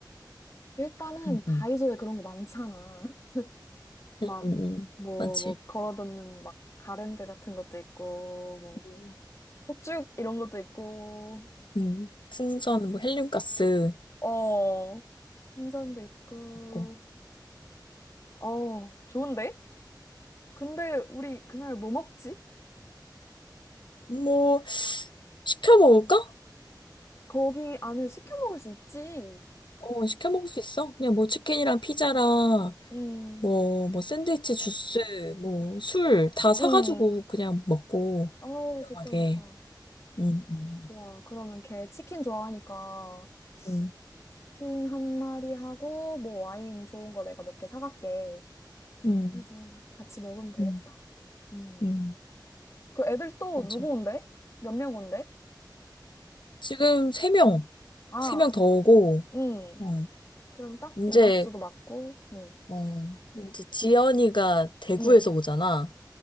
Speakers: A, on the left (about 40°); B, on the left (about 85°).
A: 일단은
B: 음,
A: 다이소에
B: 음.
A: 그런 거 많잖아. <laughs> 막,
B: 음, 음, 음.
A: 뭐,
B: 많지.
A: 뭐, 걸어뒀는 막 가랜드 같은 것도 있고, 뭐,
B: 음,
A: 폭죽 이런 것도 있고,
B: 음. 풍선, 뭐 헬륨가스,
A: 어, 홍선도 있고,
B: 있고.
A: 어, 좋은데? 근데 우리 그날 뭐 먹지?
B: 뭐, 시켜 먹을까?
A: 거기 안에 시켜 먹을 수 있지.
B: 어, 시켜 먹을 수 있어. 그냥 뭐 치킨이랑 피자랑
A: 음,
B: 뭐, 뭐, 샌드위치, 주스, 뭐, 술 다 사가지고
A: 음.
B: 그냥 먹고,
A: 어,
B: 저렴하게.
A: 좋다, 좋다.
B: 음, 음,
A: 좋아. 그러면 걔 치킨 좋아하니까
B: 음,
A: 치킨 한 마리 하고, 뭐 와인 좋은 거 내가 몇 개 사갈게.
B: 음,
A: 그래서 같이 먹으면 되겠다.
B: 음,
A: 음.
B: 음,
A: 그 애들 또
B: 맞아.
A: 누구 온대? 몇 명 온대?
B: 지금 세명세 명
A: 아,
B: 세 명 더 오고,
A: 음.
B: 어,
A: 그럼 딱
B: 이제,
A: 인원수도 맞고, 음.
B: 어, 이제 지연이가 대구에서
A: 음.
B: 오잖아.